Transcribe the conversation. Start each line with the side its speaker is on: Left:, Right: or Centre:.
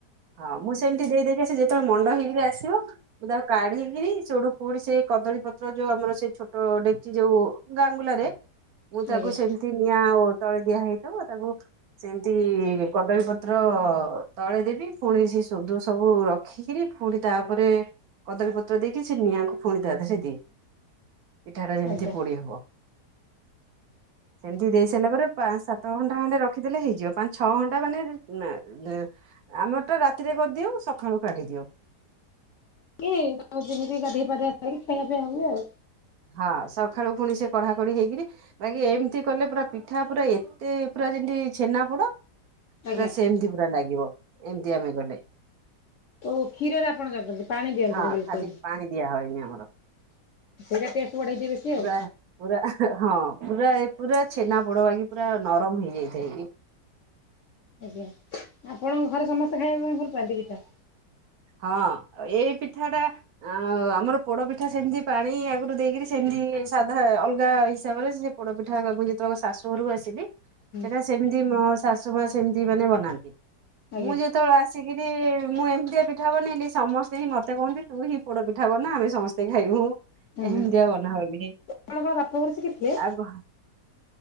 Right: ହଁ ମୁଁ ସେମିତି ଦେଇ ଦେଇ ଆସିବି ଯେତେ ବେଳେ ମଣ୍ଡ ହେଇକି ଆସିବ ତାକୁ କାଢିକିରି ସେଢୁ ପୁଣି ସେ କଦଳୀ ପତ୍ର ଯୋଉ ଆମର ସେ ଛୋଟ ଡେକ୍ଚୀ ଯୋଉ ଗାଙ୍ଗୁଲା ରେ ମୁଁ ତାକୁ
Left: ଆଜ୍ଞା
Right: ସେମିତି ନିଆଁ ତଳେ ଦିଆ ହେଇ ଥିବ ତାକୁ ସେମିତି କଦଳୀ ପତ୍ର ତଳେ ଦେବି ପୁଣି ସେ ସୋଦୁଅ ସବୁ ରଖି ରି ପୁଣି ତାପରେ କଦଳୀ ପତ୍ର ଦେଇକି ସେ ନିଆଁଙ୍କୁ ପୁଣି ତା ଦିହରେ ଦେଇ ଦେବୀ। ପିଠା ଟା ଯେମିତି
Left: ଆଜ୍ଞା
Right: ପୋଡି ହବ। ସେମିତି ଦେଇ ସାରିଲା ପରେ ପାଞ୍ଚ ସାତ ଘଣ୍ଟା ଖଣ୍ଡେ ର ରଖିଦେଲେ ହେଇଯିବ ପାଞ୍ଚ ଛ ଘଣ୍ଟା ମାନେ ନା ଆମର ଟା ରାତିରେ କରିଦିଉ ସକାଳୁ କାଢି ଦିଉ।
Left: କି ଯେମିତି ଗାଧୋଇ ପାାଧେଇ ଆସି ଖାଇବା ପିଇବା ହୁଏ ଆଉ।
Right: ହଁ ସକାଳୁ ପୁଣି ସେ କଢା କଢି ହେଇକିରି ବାକି ଏମିତି କଲେ ପୁରା ପିଠା ପୁରା ଏତେ ପୁରା ଯେମତି ଛେନା ପୋଡ।
Left: ଆଜ୍ଞା।
Right: ପୁରା ସେମିତି ପୁରା ଲାଗିବ ଏମତି ଆମେ କଲେ।
Left: ଓ କ୍ଷୀରରେ ଆପଣ ଜ ପାଣି ଦିଅନ୍ତିନି
Right: ହଁ
Left: ବେଶୀ
Right: ଖାଲି ପାଣି ଦିଆ ହଏନି ଆମର
Left: ବିଲକୁଲ
Right: ପୁରା ପୁରା ହଁ ପୁରା ପୁରା ଛେନା ପୋଡ ବାକି ପୁରା ନରମ ହେଇଯାଇଥାଏ କି
Left: ଆଜ୍ଞା ଆପଣଙ୍କ ଘରେ ସମସ୍ତେ ଖାଇବା ପାଇଁ ଭଲ ପାଆନ୍ତି କି?
Right: ହଁ ଏଇ ପିଠା ଟା ଆଉ ଆମର ପୋଡ ପିଠା ସେମିତି ପାଣି ଆଗରୁ ଦେଇକରି ସେମିତି ସାଧା ଅଲଗା ହିସାବରେ ସେ ପୋଡ ପିଠା କରିବି ମୁଁ ଯେତେ ବେଳେ ମୁଁ ଶାଶୁଘରୁ ଆସିବି
Left: ହୁଁ
Right: ସେଟା ସେମିତି ମୋ ଶାଶୁ ମା ସେମିତି ମାନେ ବନାନ୍ତି।
Left: ଆଜ୍ଞା।
Right: ମୁଁ ଯେତେବେଳେ ଆସିକିରି ମୁଁ ଏମିତିଆ ପି ପିଠା ବନେଇଲେ ସମସ୍ତେ ହିଁ ମତେ କହନ୍ତି ତୁ ହିଁ ପୋଡ ପିଠା ବନା ଆମେ ସମସ୍ତେ ଖାଇବୁ।
Left: ହୁଁ ହୁଁ
Right: ଏମତିଆ ବନା ହଉନି।
Left: ଆପଣ କଣ ବାପା ଘରୁ ଶିଖିଥିଲେ?
Right: ଆ କହ